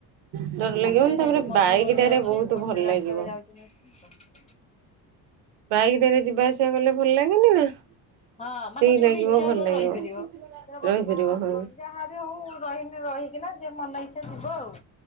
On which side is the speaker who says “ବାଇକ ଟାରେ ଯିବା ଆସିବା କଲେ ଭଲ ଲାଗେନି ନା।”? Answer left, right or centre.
Right